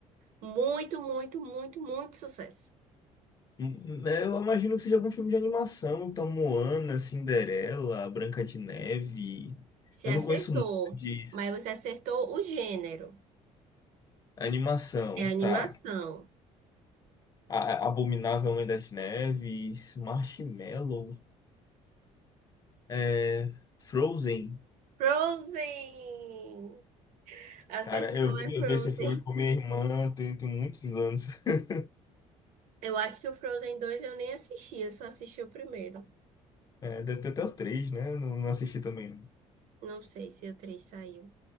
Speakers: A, on the right (about 75°); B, on the left (about 30°).
A: Muito, muito, muito, muito sucesso.
B: hum, hum, é, eu imagino que seja algum filme de animação. Então, Moana, Cinderela, Branca de Neve.
A: Você
B: Eu
A: acertou,
B: não conheço muito disso.
A: mas você acertou o gênero.
B: Animação,
A: É animação.
B: tá. A- Abominável Homem das Neves, Marshmallow, é, Frozen.
A: Frozen! Acertou,
B: Cara, eu vi,
A: é Frozen.
B: eu vi esse filme com minha irmã tem, tem muitos anos. <laughs>
A: Eu acho que o Frozen dois eu nem assisti, eu só assisti o primeiro.
B: É, deve ter até o três, né? Não, não assisti também, não.
A: Não sei se o 3 saiu.